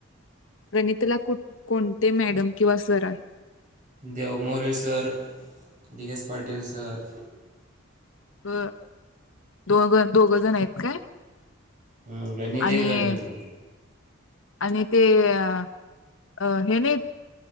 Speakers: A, on the left; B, on the right.
A: रणताला कु कोणते मॅडम किंवा सर आहे
B: Dev Maurya sir D S Patil sir
A: ब दोन दोघ जण आहेत काय
B: हम्म, गणित
A: आणि
B: एक गणित दोन.
A: आणि ते अ.. अ.. हे नाहीत